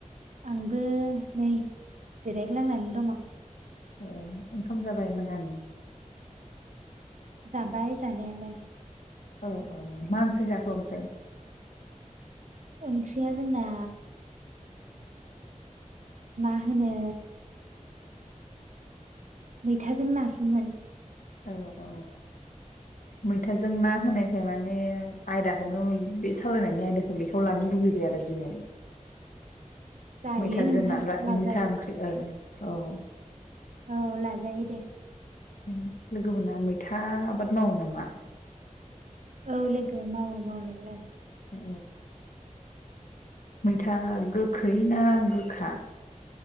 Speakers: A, on the right (about 65°); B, on the left (about 85°).
A: आंबो नै जिरायग्लांनानै दङ।
B: ए ओंखाम जाबाय मोनानि?
A: जाबाय जानायालाय।
B: औ औ मा ओंख्रि जाखो ओमफ्राय?
A: ओंख्रिया जोंना। मा होनो? मैथाजों नासोमोन।
B: औ औ मैथाजों ना होनायखाय माने आयदाखौनो बे सावरायनायनि आयदाखौ बेखौ लानो लुबैबाय आरो दिनै
A: जायो
B: मैथाजोंनारा
A: नोंथां लाजायो
B: मैथा ओंख्रि ओं औ
A: औ लाजायो दे
B: ओम लोगोमोना मैथा आबाद मावो नामा
A: औ लोगो मावो मावनायलाय
B: औ मैथा गोखै ना गोखा